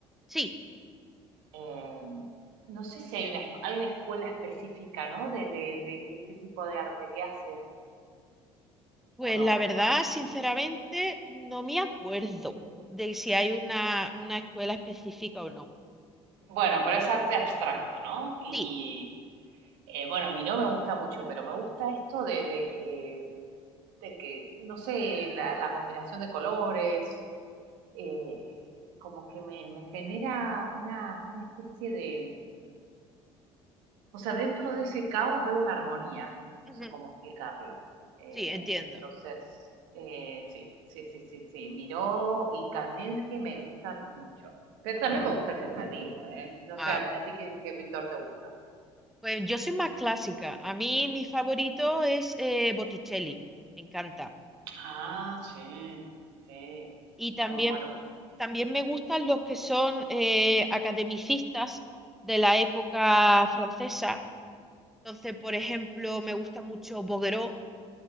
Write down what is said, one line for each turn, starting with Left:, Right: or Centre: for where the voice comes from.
Centre: Sí,
Right: Eh, no sé si hay una, esc- hay una escuela específica, ¿no? De, de- de- de este tipo de arte que hace
Centre: pues
Right: o no.
Centre: la verdad,
Right: o no sé.
Centre: sinceramente, no me acuerdo de si hay una, una escuela específica o no.
Right: Bueno, pero es arte abstracto, ¿no? Y
Centre: Sí,
Right: eh, bueno, Miró me gusta mucho, pero me gusta esto de, de que, de que, no sé, la, la combinación de colores, eh, como que me, me genera una, una especie de, o sea, dentro de ese caos veo una armonía, no
Centre: ujú,
Right: sé cómo explicarlo. Eh,
Centre: Sí, entiendo.
Right: entonces, eh, sí, sí, sí, sí, sí, Miró y Kandinsky me gustan mucho. Pero también me gusta el figurativo, ¿eh? No
Centre: Ah,
Right: sé, ¿a, a ti qué, qué pintor te gusta?
Centre: Pues yo soy más clásica. A mí mi favorito es eh, Botticelli, me encanta.
Right: Ah, sí, Sí,
Centre: Y también,
Right: muy bueno, bueno.
Centre: también me gustan los que son eh, academicistas de la época francesa. Entonces, por ejemplo, me gusta mucho Bouguereau.